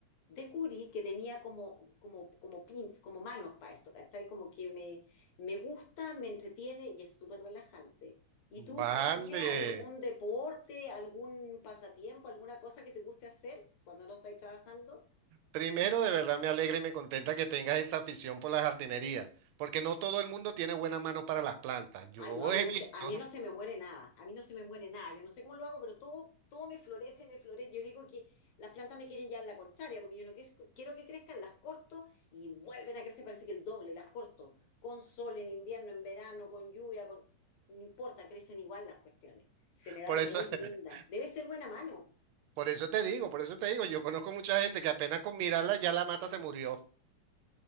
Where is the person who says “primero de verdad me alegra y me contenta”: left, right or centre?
Right